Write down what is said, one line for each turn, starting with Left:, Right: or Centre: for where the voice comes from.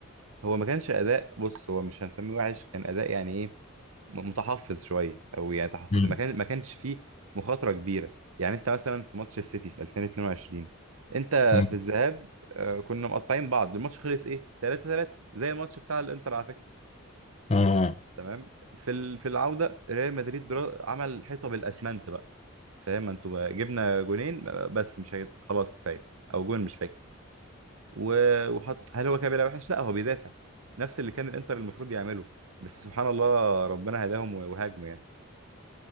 Right: هو ما كانش اداء بص هو مش هنسميه وحش كان اداء يعني ايه م- متحفظ شويه او يعني تحفظي
Left: مم.
Right: ما كان ما كانش فيه مخاطره كبيره يعني انت مثلا في ماتش السيتي في 2022 انت
Left: مم.
Right: في الذهاب آه، كنا مقطعين بعض الماتش خلص ايه 3 3 زي الماتش بتاع الانتر على فكره
Left: مم.
Right: تمام في ال- في العوده ريال مدريد برا- عمل حيطه بالاسمنت بقى فاهم انتوا بقى جبنا جونين آه، بس مش هيت... خلاص كفايه او جون مش فاكر و- وحط هل هو كان بيلعب وحش لا هو بيدافع نفس اللي كان الانتر المفروض يعمله بس سبحان الله ربنا هداهم وهاجموا يعني